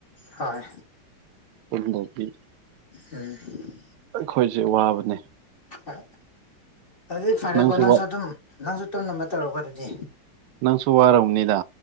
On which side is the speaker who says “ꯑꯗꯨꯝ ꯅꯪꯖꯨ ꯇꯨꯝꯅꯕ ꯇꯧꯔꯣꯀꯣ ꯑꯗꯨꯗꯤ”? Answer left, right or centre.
Left